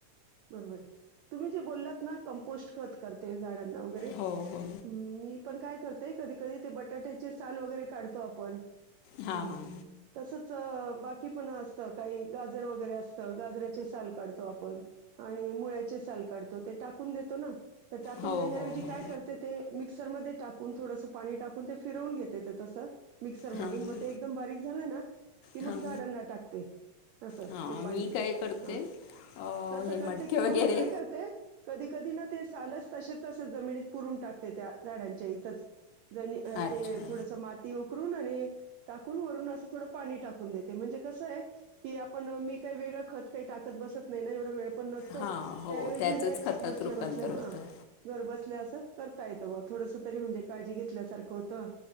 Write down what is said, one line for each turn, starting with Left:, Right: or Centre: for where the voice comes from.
Right: बरोबर आहे तुम्ही जे बोललात ना कंपोस्ट खत करते झाडांना वगेरे
Left: हो हो
Right: <unintelligible> पण काय करतय कधी कधी ते बटाट्याचे साल वगैरे काढतो आपण
Left: हां
Right: हम्म
Left: हां
Right: तसच च बाकी पण असत काही गाजर वगैरे असत गाजराच ते साल काढतो आपण आणि मुळ्याचे साल काढतो ते टाकून देतो ना तर टाकून
Left: हो
Right: देण्याऐवजी
Left: हो हो
Right: काय करते ते मिक्सरमध्ये टाकून थोडसं पाणी टाकून, ते फिरवून घेते ते तसं मिक्सरमधून.
Left: हां
Right: मग ते एकदम बारीक झालं ना, की मग
Left: हां
Right: झाडांना टाकते, असं
Left: हां
Right: ते पाणी.
Left: मी काय करते
Right: हा
Left: अ,
Right: तसं
Left: हे
Right: करते
Left: मडके
Right: किंवा
Left: वगैरे
Right: मग काय करते, कधी कधी ना ते सालच तसेच असं जमिनीत पुरून टाकते, त्या झाडांच्या इथंच. जनी
Left: अच्छा
Right: ते थोडसं माती उ करून आणि टाकून वरून असं थोडं पाणी टाकून देते. म्हणजे कसं हाय, की आपण मी काय वेगळं खत काही टाकत बसत नाही ना, एवढं वेळ पण नसतो.
Left: हां हो
Right: त्यावेजी
Left: त्याचंच
Right: हे
Left: खतात
Right: बसल्या
Left: रूपांतर
Right: बसल्या,
Left: होतं
Right: हा घरबसल्या असं करता येत व थोडसं तरी म्हणजे काळजी घेतल्यासारखं होतं